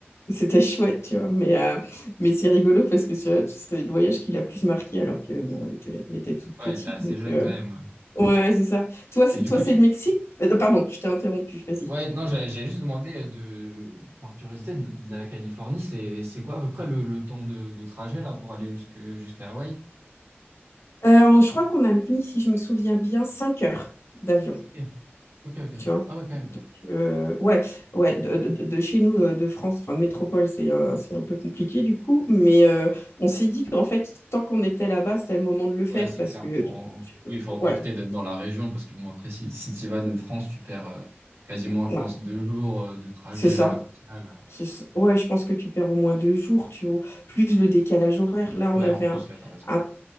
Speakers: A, on the left; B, on the right.
A: c'était chouette, tu vois. Mais, euh, mais c'est rigolo parce que tu c'est le voyage qui l'a plus marqué alors que, bon, elle était, elle était toute
B: Ouais,
A: petite.
B: t'es assez
A: Donc,
B: jeune
A: euh,
B: quand même.
A: ouais, ouais, c'est ça. Toi, c'est,
B: Et du
A: toi,
B: coup,
A: c'est
B: tu...
A: le Mexique? Euh, Pardon, je t'ai interrompu, vas-y.
B: Ouais, non, j'avais j'avais juste demandé euh, de, par curiosité, de, de la Californie, c'est, c'est quoi à peu près le, le temps de, de trajet là pour aller jusque, jusqu'à Hawaï?
A: Euh, je crois qu'on a mis, si je me souviens bien, 5 heures d'avion.
B: Ok, ok. ok.
A: Tu vois?
B: Ah ouais, quand même.
A: Donc, euh, ouais, ouais, de, de- de chez nous, euh, de France, enfin de métropole, c'est un, c'est un peu compliqué du coup, mais euh, on s'est dit qu'en fait, tant qu'on était là-bas, c'était le moment de le faire
B: Ouais, c'est
A: parce
B: clair.
A: que,
B: Faut...
A: tu- tu-
B: Oui, il faut en profiter
A: ouais,
B: d'être dans la région parce que bon, après, si, si tu vas de France, tu perds euh, quasiment,
A: ouais,
B: je pense, deux jours euh, de trajet
A: c'est ça.
B: euh, au final. euh,
A: C'est ça. Ouais, je pense que tu perds au moins deux jours, tu vois, plus le décalage horaire. Là,
B: Ouais,
A: on avait
B: en plus,
A: un,
B: ouais, t'as raison.
A: un